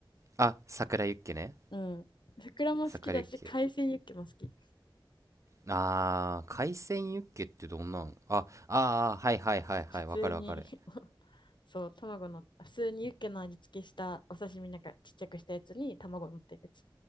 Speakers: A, on the right; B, on the left.
A: あ、桜ユッケね。
B: うんふくらも好きだし海鮮ユッケも好き
A: 桜ユッケ。あー、海鮮ユッケってどんなんあ、あー、はいはいはいはい。
B: 普通に
A: わかるわかる。
B: <laughs> そう卵の普通にユッケの味付けしたお刺身なんかちっちゃくしたやつに卵乗ってるやつ